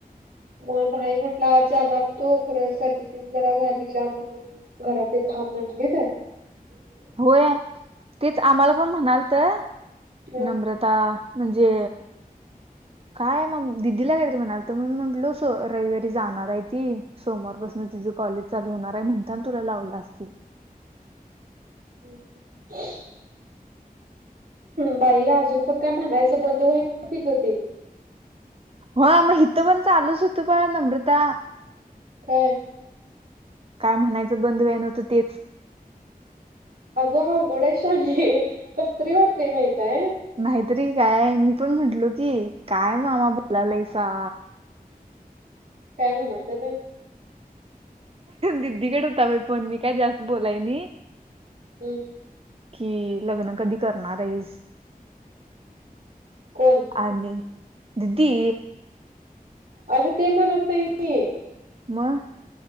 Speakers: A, on the right; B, on the right.
A: म नाही म्हटलं आज जाणार तो खरं सर्दी तेन जरा झाली जा म्हणून घरात ते थांब म्हटले काय?
B: होय तेच आम्हाला पण म्हणालता
A: हम्म
B: नम्रता म्हणजे काय मम दिदीला काहीतरी म्हणालतो म्हणून म्हटलो सो रविवारी जाणार आहे ती. सोमवारपासून तिझं कॉलेज चालू होणार आहे म्हणताना तुला लावलं असतील.
A: <inaudible> बाई अजून पण काय म्हणायचं बंद <unintelligible> ते.
B: हा मग इथं पण चालूच होतो प नम्रता
A: काय
B: काय म्हणायचं बंधू आहे नव्हतं तेच.
A: अगं अवघड आहे शानी कसं तरी वाटतेय माहित आहे.
B: नाहीतरी काय मी पण म्हटलो की काय मामा बोलालायसा.
A: काय म्हणालतं ते?
B: दिदीकडे होता बाई फोन मी काय जास्त बोलाय नी.
A: हम्म.
B: कि लग्न कधी करणार आहेस?
A: कोण
B: आणि दिदी.
A: अगं ते म्हणत नाही आहे.
B: म